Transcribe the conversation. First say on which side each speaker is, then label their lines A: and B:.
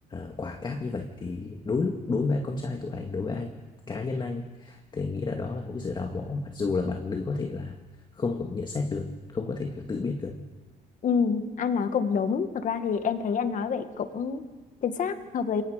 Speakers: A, on the left (about 25°); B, on the left (about 50°).
A: uh, quả cáp như vậy thì đối đối với con trai tụi anh đối với anh cá nhân anh thì anh nghĩ là đó là một cái sự đào mỏ mặc dù là bạn nữ có thể là không có nhận xét được không có thể là tự biết được
B: ừ, anh nói cũng đúng. Thực ra thì em thấy anh nói vậy cũng chính xác, hợp lý.